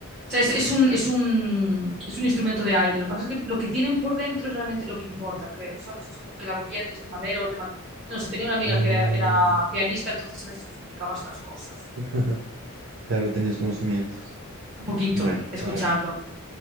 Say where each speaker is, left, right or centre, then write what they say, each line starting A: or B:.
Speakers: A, on the right (about 25°); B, on the right (about 70°).
A: o sea, es, es un, es un, es un instrumento de aire. Lo que pasa es que lo que tienen por dentro es realmente lo que importa, creo, ¿sabes? Es como que la boquilla es de madera o es de mata. No sé, tenía una amiga
B: No.
A: que era, era pianista, entonces a veces me explicaba estas cosas.
B: <laughs> Claro, tenías conocimientos.
A: Un poquito,
B: Bueno,
A: eh, de escucharlo.
B: a ver.